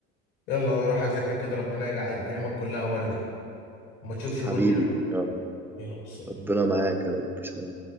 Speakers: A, on the left; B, in the centre.
A: يلا انا اروح اذاكر كده ربنا يجعل ايامك كلها وردي وما تشوفش بني
B: حبيبي يلا
A: يلا سلام
B: ربنا معاك يا رب